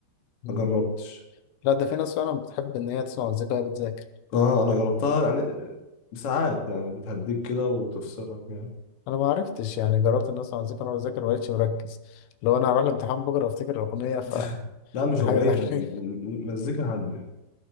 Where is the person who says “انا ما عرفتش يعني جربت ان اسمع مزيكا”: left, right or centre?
Left